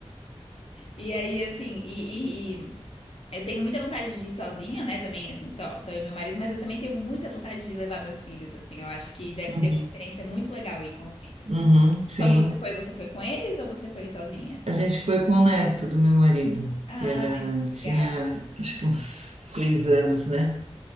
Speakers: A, on the left; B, on the right.
A: E aí, assim, e, Eu tenho muita vontade de ir sozinha, né? Também, assim, só, só eu e meu marido, mas eu também tenho muita vontade de levar meus filhos, assim. Eu acho que deve
B: Uhum.
A: ser uma experiência muito legal ir com os filhos.
B: Uhum, sim.
A: Quando você foi, você foi com eles ou você foi sozinha?
B: A gente foi com o neto do meu marido,
A: Ah,
B: que era,
A: que
B: tinha
A: legal.
B: acho que uns seis anos, né?